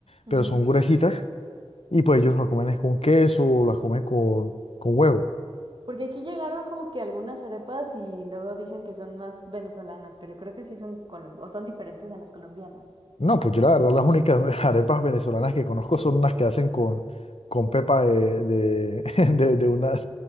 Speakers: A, on the right (about 50°); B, on the left (about 70°).
A: ujú.
B: pero son gruesitas y pues ellos las comen es con queso o las comen con, con huevo.
A: Porque aquí llegaron como que algunas arepas y luego dicen que son más venezolanas, pero creo que sí son colom- o son diferentes a las colombianas.
B: No, pues yo la verdad las únicas <laughs> arepas venezolanas que conozco son unas que hacen con, con pepa de, de, <laughs> de, de una,